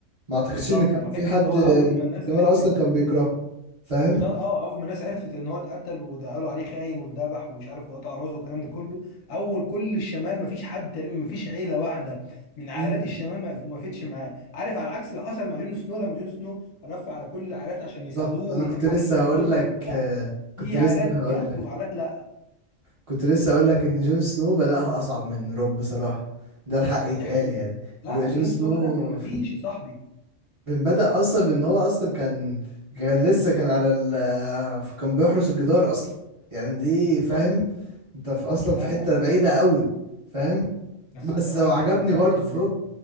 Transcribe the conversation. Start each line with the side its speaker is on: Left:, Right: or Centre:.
Right: ما اعتقدش
Left: بالظبط
Right: ان كان
Left: ففكره
Right: في حد
Left: هو اول ما الناس
Right: في الشمال
Left: عرفت
Right: اصلا كان بيكرهه فاهم
Left: بالظبط اه اول ما الناس عرفت ان هو اتقتل وده قالوا عليه خاين واتذبح ومش عارف وقطع راسه والكلام ده كله اول كل الشمال ما فيش حد تقريبا ما فيش عيله واحده من عائلات
Right: مم،
Left: الشمال ما ما وقفتش معاه عارف على العكس اللي حصل مع جون سنو لما جون سنو رفع على كل العائلات عشان
Right: بالظبط
Left: يساعدوه
Right: انا
Left: ويحارب
Right: كنت لسه
Left: بولتن
Right: هقول لك
Left: وكده
Right: آه،
Left: في
Right: كنت لسه
Left: عائلات
Right: هقول
Left: جت
Right: لك
Left: وعائلات لا
Right: كنت لسه هقول لك ان جون سنو بدأها اصعب من روب بصراحه ده الحق يتقال
Left: دي حقيقه
Right: يعني
Left: لا
Right: رو- جون
Left: جون
Right: سنو
Left: سنو بدأ من ما فيش يا صاحبي
Right: من بدأ اصلا بان هو اصلا كان كان لسه كان على ال آه، كان بيحرس الجدار اصلا يعني دي
Left: بالظبط
Right: فاهم انت في اصلا
Left: لا
Right: في حته
Left: لا لا
Right: بعيده قوي فاهم
Left: بس
Right: بس
Left: الصراحه
Right: عجبني
Left: الحته بتاعت
Right: برضو
Left: ال...
Right: في روب